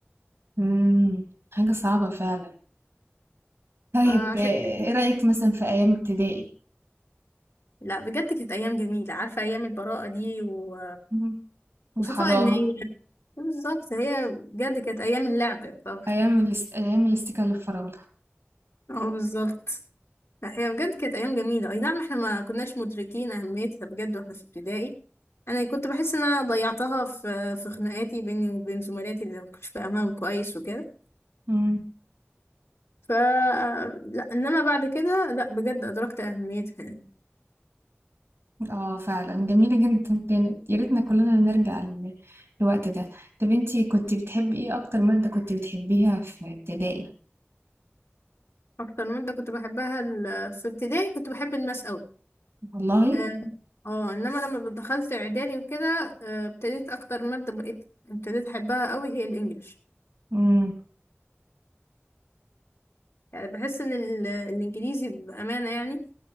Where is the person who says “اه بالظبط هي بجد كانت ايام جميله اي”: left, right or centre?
Left